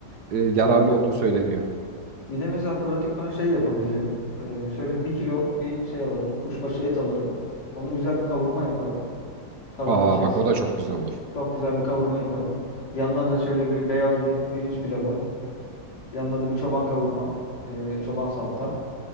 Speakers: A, on the right (about 65°); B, on the left (about 60°).
A: e, yararlı
B: anladım.
A: olduğu söyleniyor.
B: Bir de mesela pratik ben şey yapabilirim. Ee, şöyle bir kilo bir şey alırım. Kuşbaşı et alırım. Onu güzel bir kavurma yaparım tavanın
A: Aa
B: içerisinde.
A: bak o da çok güzel olur.
B: Çok güzel bir kavurma yaparım. Yanına da şöyle bir beyaz bir pirinç pilavı. Yanına da bir çoban kavurma, e, çoban salata.